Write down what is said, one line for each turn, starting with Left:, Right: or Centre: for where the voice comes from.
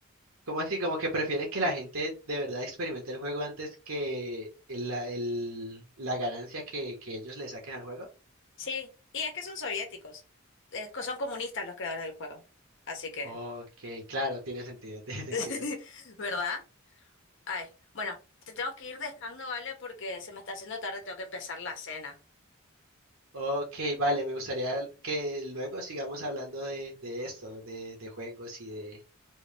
Right: como así, como que prefieren que la gente de verdad experimente el juego antes que el- la, el- la ganancia que, que ellos le saquen al juego.
Left: Sí, y es que son soviéticos. Es co- son comunistas los creadores del juego. Así que,
Right: Ok, claro, tiene sentido, <laughs> tiene sentido.
Left: <laughs> ¿verdad? Ay, bueno, te tengo que ir dejando, ¿vale? Porque se me está haciendo tarde, tengo que empezar la cena.
Right: Ok, vale, me gustaría que luego sigamos hablando de, de esto, de, de juegos y de...